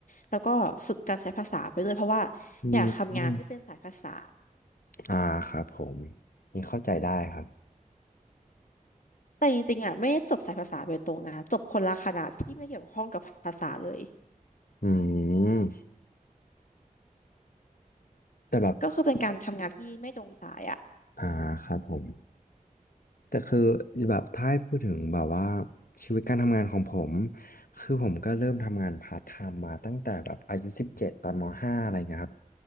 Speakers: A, on the left (about 65°); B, on the left (about 80°).
A: แล้วก็ฝึกการใช้ภาษาไปด้วยเพราะว่า
B: อืมอืม
A: อยากทำงานที่เป็นสายภาษา
B: อ่าครับผมนี่เข้าใจได้ครับ
A: แต่จริงๆอ่ะไม่ได้จบสายภาษาโดยตรงนะจบคนละคณะที่ไม่เกี่ยวข้องกับภาษาเลย
B: อืม แต่แบบ
A: ก็คือเป็นการทำงานที่ไม่ตรงสายอ่ะ
B: อ่าครับผมแต่คือแบบถ้าให้พูดถึงแบบว่าชีวิตการทำงานของผมคือผมก็เริ่มทำงานพาร์ทไทม์มาตั้งแต่แบบอายุสิบเจ็ดตอนมห้าอะไรเงี้ยครับ